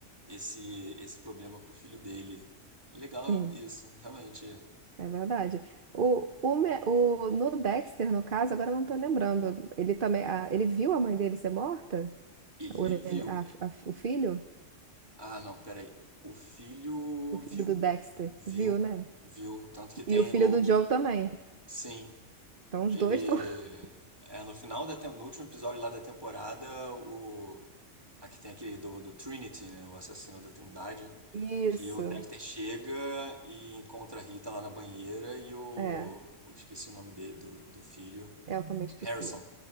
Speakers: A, on the right (about 20°); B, on the right (about 45°).
A: esse, esse problema pro filho dele. Legal
B: sim,
A: isso, realmente.
B: é verdade. O, o, me- o, no Dexter, no caso, agora eu não tô lembrando. Ele também, a- ele viu a mãe dele ser morta?
A: Ele
B: O, nen-
A: viu.
B: a- a- o filho?
A: Ah, não, peraí. O filho
B: O filho
A: viu.
B: do Dexter.
A: Viu,
B: Viu, né?
A: viu. Tanto que tem
B: E o filho
A: o.
B: do Joe também.
A: Sim.
B: Então os
A: Ele.
B: dois estão. <laughs>
A: É, no final da tem- no último episódio lá da temporada, o. Aqui tem aquele do, do Trinity, né? O assassino da Trindade.
B: Isso.
A: Que o Dexter chega e encontra a Rita lá na banheira e o.
B: É,
A: Eu esqueci o nome dele, do, do filho.
B: eu também esqueci.
A: Harrison.